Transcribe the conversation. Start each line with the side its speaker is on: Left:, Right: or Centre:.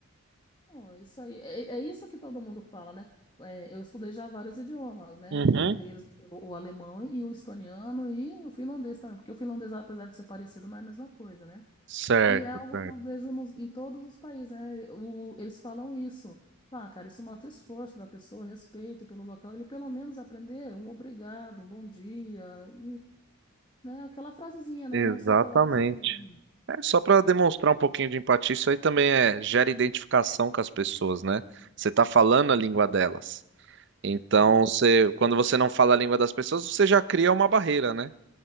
Left: Então, é isso aí, é, é isso que todo mundo fala, né? É, eu estudei já vários idiomas, né?
Right: Uhum.
Left: Dentre eles o, o alemão e o estoniano e o finlandês também, porque o finlandês, apesar de ser parecido, não é a mesma coisa, né?
Right: Certo,
Left: E é algo
Right: certo.
Left: que eu vejo nos- em todos os países, né? O- eles falam isso. Ah, cara, isso mostra esforço da pessoa, respeito pelo local. Ele pelo menos aprender um obrigado, um bom dia, e, né, aquela frasezinha, né?
Right: Exatamente.
Left: Eu não sei falar esse idioma.
Right: É só para demonstrar
Left: Eu Acho que
Right: um pouquinho de empatia, isso aí também é gera identificação com as pessoas, né? Você tá falando a língua delas. Então,
Left: sim.
Right: você, quando você não fala a língua das pessoas, você já cria uma barreira, né?